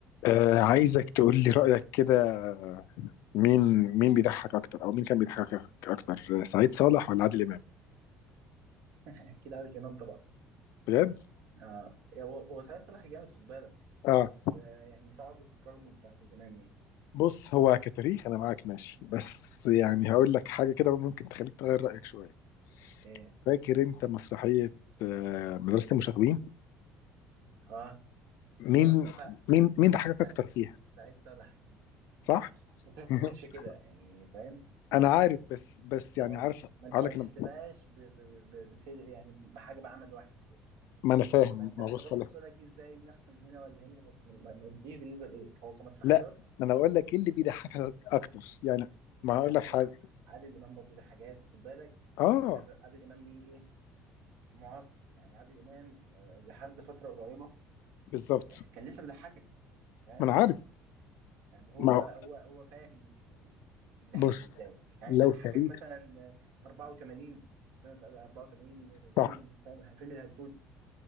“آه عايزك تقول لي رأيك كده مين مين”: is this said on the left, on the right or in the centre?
Left